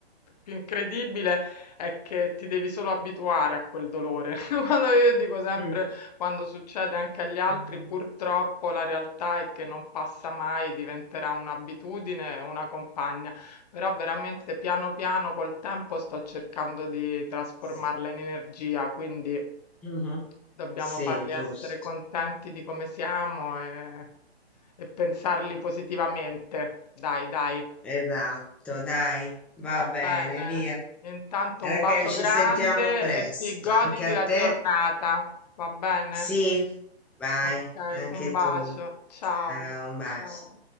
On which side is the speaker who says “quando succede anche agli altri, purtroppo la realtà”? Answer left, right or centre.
Left